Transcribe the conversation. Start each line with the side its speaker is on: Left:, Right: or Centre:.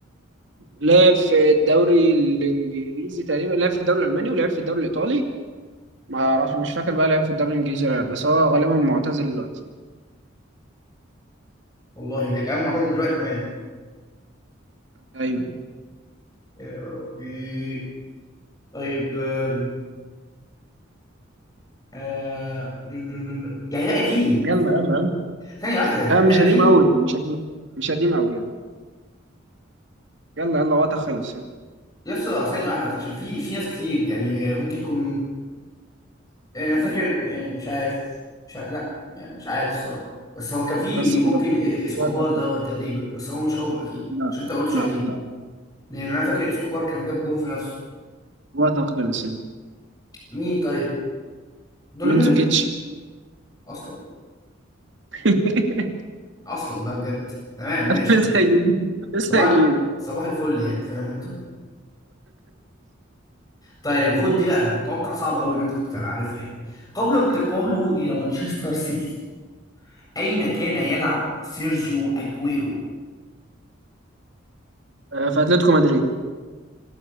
Right: لعب في الدوري الانجليزي تقريبا لعب في الدوري الالماني ولعب في الدوري الايطالي ما اعرفش مش فاكر بقى لعب في الدوري الانجليزي ولا لا بس هو غالبا معتزل دلوقتي
Left: والله لا كان معتزل دلوقتي كمان
Right: ايوه
Left: يا ربي طيب آه... آه... دون دون دون دون. يعني ده قديم
Right: يلا يلا يلا
Left: ثانية واحدة يعني
Right: آه
Left: ده
Right: مش
Left: قديم
Right: قديم قوي مش قديم مش قديم قوي يعني يلا يلا وقتها خلص يلا
Left: يس ثانية واحدة بس عشان في في ناس كتير يعني ممكن يكون يعني انا فاكر يعني مش عارف مش عارف. لا يعني مش عارف الصراحة بس هو كان في
Right: بس
Left: ممكن
Right: خلاص
Left: اسكوبار
Right: وقتها
Left: ده
Right: خلص
Left: هو تقريبا بس هو مش هو اكيد
Right: لا
Left: عشان انت قلتش
Right: لا
Left: قديم
Right: لا
Left: لان انا فاكر اسكوبار كان جاب جون في نفسه
Right: وقتها خلص يعني
Left: مين طيب دوليمير
Right: مانزوكيتش
Left: اصلا
Right: <laughs>
Left: اصلا بقى بجد تمام ماشي
Right: عارف لسه
Left: ماشي
Right: قايلينه لسه
Left: صباح
Right: قايلينه
Left: ال- صباح الفل يعني فاهم انت طيب
Right: أمم.
Left: خد دي بقى توقع صعب قوي ان انت كنت تبقى عارفها يعني قبل انتقاله الى مانشستر سيتي اين كان يلعب سيرجيو اجويرو
Right: آه، في اتلتيكو مدريد